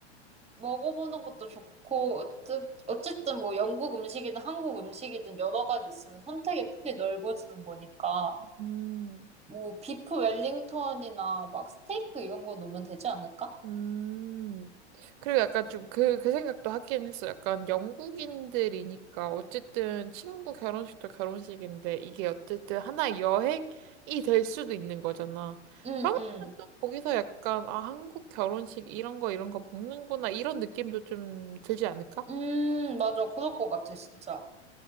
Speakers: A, on the right; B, on the right.
A: 먹어보는 것도 좋고 어쨌- 어쨌든 뭐 영국 음식이든 한국 음식이든 여러 가지 있으면 선택의 폭이 넓어지는 거니까
B: 음.
A: 뭐 비프 웰링턴이나 막 스테이크 이런 거 넣으면 되지 않을까?
B: 음. 그리고 약간 좀 그, 그 생각도 하긴 했어. 약간 영국인들이니까 어쨌든 친구 결혼식도 결혼식인데 이게 어쨌든 하나의 여행이 될 수도 있는 거잖아.
A: 응,
B: 그러면
A: 응.
B: 또 거기서 약간 아, 한국 결혼식 이런 거 이런 거 먹는구나 이런 느낌도 좀 들지 않을까?
A: 음, 맞아. 그럴 것 같아, 진짜.